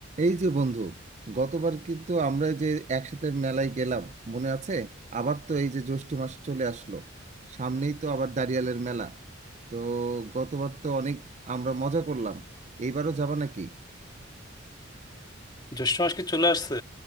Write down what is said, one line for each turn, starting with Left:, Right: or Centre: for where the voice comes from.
Right: এই যে বন্ধু গতবার কিন্তু আমরা যে একসাথে মেলায় গেলাম মনে আছে আবার তো এই যে জ্যৈষ্ঠ মাস চলে আসলো সামনেই তো আবার দাঁড়িয়ালের মেলা তো গতবার তো অনেক আমরা মজা করলাম এইবারও যাবা নাকি
Left: জ্যৈষ্ঠ মাস কি চলে আসছে